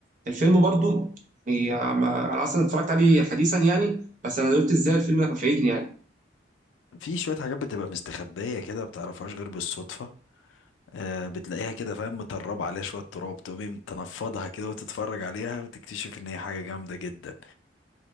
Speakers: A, on the right; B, on the left.
A: الفيلم برضو يعني آه، ما- أنا أصلا اتفرجت عليه حديثا يعني بس أنا قلت إزاي الفيلم ده كان فايتني يعني
B: في شوية حاجات بتبقى مستخبية كده بتعرفهاش غير بالصدفة آه، بتلاقيها كده فاهم متربة عليها شوية تراب تقومي تنفضها كده وتتفرج عليها وتكتشف ان هي حاجة جامدة جدا